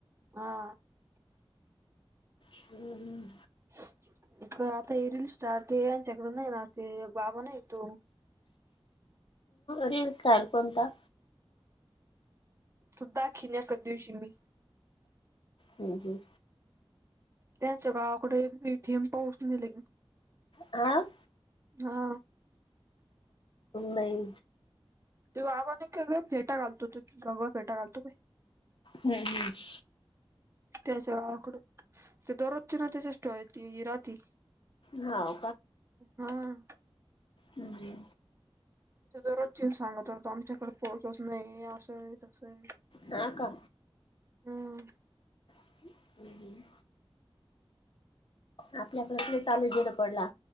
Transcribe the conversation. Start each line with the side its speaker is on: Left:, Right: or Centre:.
Right: हा
Left: हम्
Right: <inaudible> इकडे आता हे रील स्टार ते यांच्याकड नाही ना ते बाबा नाही तो
Left: रील स्टार कोणता?
Right: सुद्धाखिनक दिवशी मी
Left: हम्म हम
Right: त्यांच्या गावाकडे पीटीएम पाऊस दिले
Left: आ.. ह.
Right: हा
Left: नाही
Right: ते आबि आणि फेटा घालतो ते भगवा फेटा घलतो पाय.
Left: हम्म हम्म
Right: त्याच्या गावाकड ते दरोजचे ना तेष्ट त राती
Left: हाव
Right: हा <inaudible>
Left: म्हणजे
Right: तो दररोज चे सांगत रात आमच्याकडे पाऊसच नाही असं तसं आहे.
Left: हा का?
Right: हम्म
Left: हम्म हम्म आपल्या कडे प्रत्ये. चालू झधड पडला